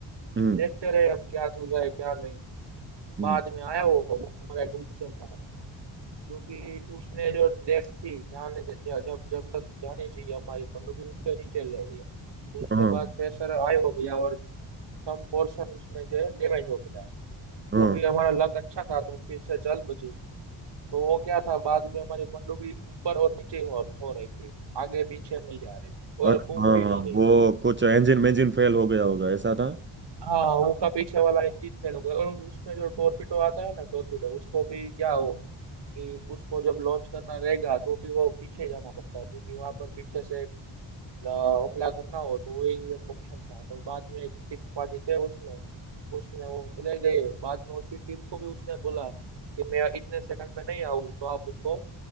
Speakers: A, on the right; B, on the right.
A: हम्म
B: देखते रहे हम क्या चल रहा है क्या नहीं
A: हम्म
B: बाद में आया वो हमारा एक ऑफिसर था क्योंकि उसने जो डेस्क थी जाने जब जब तक जानी चाहिए हमारी पनडुब्बी उसके नीचे ले गया तो उसके
A: हाँ
B: बाद प्रेशर हाई हो गया और सम पोर्शन उसमें से डैमेज हो गया
A: हाँ
B: तो भी हमारा लक अच्छा था तो फिर से चल बची तो वो क्या था बाद में हमारी पनडुब्बी ऊपर और नीचे हो, हो रही थी आगे पीछे नहीं जा रही थी और
A: अच्छा
B: घूम
A: हाँ
B: भी
A: हाँ
B: नहीं रही
A: वो
B: थी
A: कुछ इंजन इंजन फेल हो गया होगा ऐसा था
B: हाँ वो का पीछे वाला इंजन फेल हो गया और उसमें जो टोरपीडो आता है ना टोरपीडो उसको भी क्या हो कि उसको जब लॉन्च करना रहेगा तो भी वो पीछे जाना पड़ता है क्योंकि वहां पर पीछे से अ, हमला करना हो तो वही एक ऑप्शन था तो बाद में एक सिख पाजी थे उसमें उसने वो चले गए बाद में उसकी टीम को भी उसने बोला कि मैं इतने सेकंड में नहीं आऊँ तो आप उसको